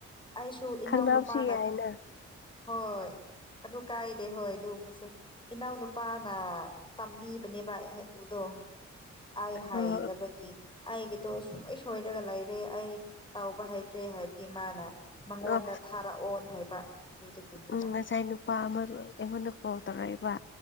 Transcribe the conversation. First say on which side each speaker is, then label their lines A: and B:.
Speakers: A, on the left; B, on the left.
A: ꯑꯩꯁꯨ ꯏꯅꯥꯎ
B: ꯈꯪꯅꯕꯁꯨ
A: ꯅꯨꯄꯥꯅ
B: ꯌꯥꯏꯅ
A: ꯍꯣꯏ ꯑꯗꯨ ꯀꯥꯏꯗꯦ ꯍꯣꯏ ꯑꯗꯨꯝꯕꯁꯨ ꯏꯅꯥꯎ ꯅꯨꯄꯥꯅ ꯇꯝꯕꯤꯕꯅꯦꯕ ꯍ ꯕꯨꯗꯣ ꯑꯩ ꯍꯥꯏꯇꯕꯒꯤ
B: ꯑꯣ
A: ꯑꯩꯒꯤꯗꯣ ꯁꯣꯏ ꯁꯣꯏꯔꯒ ꯂꯩꯔꯦ ꯑꯩ ꯇꯧꯕ ꯍꯩꯇ꯭ꯔꯦ ꯍꯥꯏꯕꯒꯤ ꯃꯥꯅ ꯃꯉꯣꯟꯗ
B: ꯑꯣ
A: ꯊꯥꯔꯛꯑꯣꯟ ꯍꯥꯏꯕ ꯑꯗꯨꯗꯒꯤꯅꯤꯗ
B: ꯎꯝ ꯉꯁꯥꯏ ꯅꯨꯄꯥ ꯑꯃꯗꯣ ꯑꯩꯉꯣꯟꯗ ꯀꯣꯜ ꯇꯧꯔꯛꯑꯦꯕ